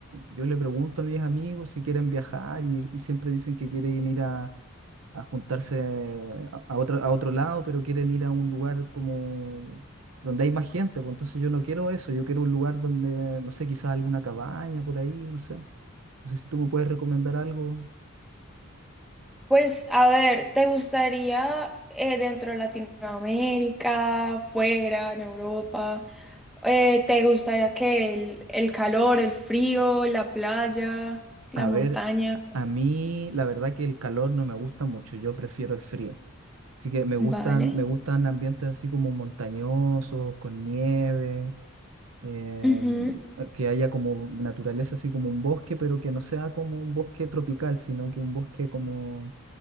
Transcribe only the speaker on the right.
yo le pregunto a mis amigos si quieren viajar y, y siempre dicen que quieren ir a juntarse a, a otro, a otro lado, pero quieren ir a un lugar como donde hay más gente, pues entonces yo no quiero eso, yo quiero un lugar donde, no sé, quizás alguna cabaña por ahí, no sé. No sé si tú me puedes recomendar algo.
A
ver, a mí la verdad que el calor no me gusta mucho, yo prefiero el frío. Así que me gustan,
me gustan ambientes así como montañosos, con nieve, em,
que haya como naturaleza, así como un bosque, pero que no sea como un bosque tropical, sino que un bosque como